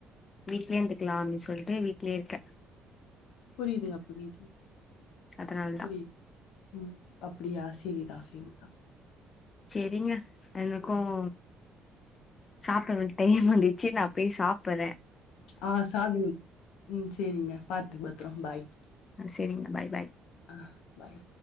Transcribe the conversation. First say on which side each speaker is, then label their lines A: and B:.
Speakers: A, on the left; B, on the left.
A: வீட்லே இருந்துக்லா அப்டின் சொல்ட்டு வீ ட்லே இருக்க
B: புரியுதுங்க புரியுதுங்க
A: அதனாலதா
B: புரியுது உம் அப்டியா செரிதா செரிதா
A: செரிங்க எனக்கும் சாப்ட்டுற டைம் வந்திச்சு நா போய் சாப்புட்ற
B: ஆ சாப்டு நீ உம் சேரிங்க பாத்து பத்ரோ பாய்
A: சேரிங்குங்க பாய் பாய்
B: அஹ் பாய்